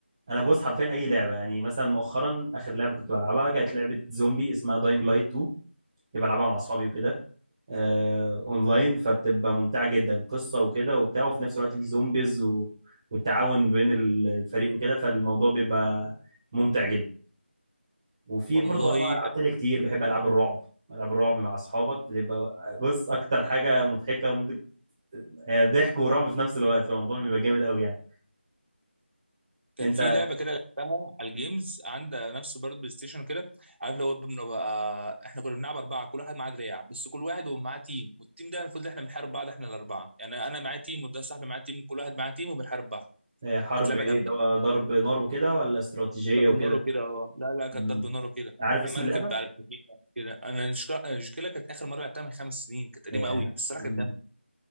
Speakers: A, on the right; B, on the right.
A: انا بص حرفيا اي لعبه يعني مثلا مؤخرا اخر لعبه كنت بلعبها كانت لعبه زومبي اسمها داينج لايت 2 كنت بلعبها مع اصحابي وكده آه اونلاين فبتبقى ممتعه جدا قصه وكده وبتاع وفي نفس الوقت في زومبيز و... والتعاون بين ال- الفريق وكده فالموضوع بيبقى ممتع جدا وفي
B: والله
A: برضه انواع العاب تانية كتير بحب العاب الرعب العاب الرعب مع اصحابك بتبقى بص اكتر حاجه مضحكه ممكن آه، ضحك ورعب في نفس الوقت فالموضوع بيبقى جامد قوي يعني
B: كان
A: انت
B: في لعبه كده لعبتها على الجيمز عند نفسه برضه بلاي ستيشن كده عارف لو بنبقى احنا كنا بنلعب اربعه كل واحد معاه دراع بس كل واحد ومعاه تيم والتيم ده المفروض احنا بنحارب بعض احنا الاربعه يعني انا معايا تيم وده صاحبي معاه تيم كل واحد معاه تيم وبنحارب بعض
A: آه، حرب
B: كانت لعبه
A: ايه
B: جامده
A: اللي هو ضرب نار وكده ولا استراتيجية
B: ضرب
A: وكده
B: نار وكده اه لا لا كانت
A: مم.
B: ضرب نار وكده
A: عارف اسم
B: مركب
A: اللعبة؟
B: على السفينه كده انا المشكله المشكله كانت اخر مره لعبتها من خمس سنين كانت قديمه
A: ياه
B: قوي بس الصراحه
A: مم.
B: كانت جامده